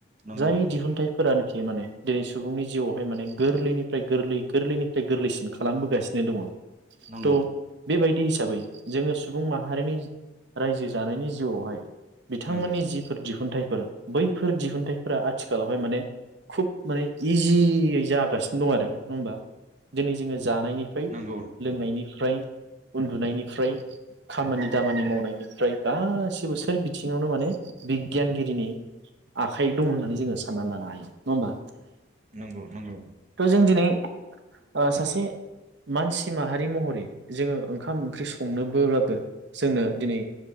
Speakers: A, on the right (about 35°); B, on the right (about 60°).
A: नंगौ
B: जाय
A: नोंथां
B: दिहुनथाइफोरानो। फि माने दोनै सुबुंनि जिउआवहाय माने गोरलैनिफ्राय गोरलै गोरलैनिफ्राय गोरलैसिन खालामबोगासिनो दङ।
A: नंगौ
B: थ बेबायदि हिसाबै। जोंङो सुबुं माहारिनि रायजो जानायनि जिउआवहाय बिथांमोननि
A: नंगौ
B: जिफोर दिहुनथाइफ फोर बैफोर दिहुनथाइफोरा आथिखालावहाय माने खुब माने इजियै जागासिनो दं आरो नङा होमबा दिनै जोङो जानायनिफ्राय
A: नंगौ नोंथां
B: लोंनायनिफ्राय। उन्दुनायनिफ्राय। खामानि दामानि मावनायनिफ्राय गासिबो सोर बिथिङावनो माने बिगियानगिरिनि आखाइ दं होननानै जोङो साननानै लानो हायो नङा होमबा
A: नंगौ नंगौ
B: थ जों दिनै ओ सासे मानसि माहारि महरै जोङो ओंखाम ओंख्रि स संनोबोब्लाबो जोंनो दिनै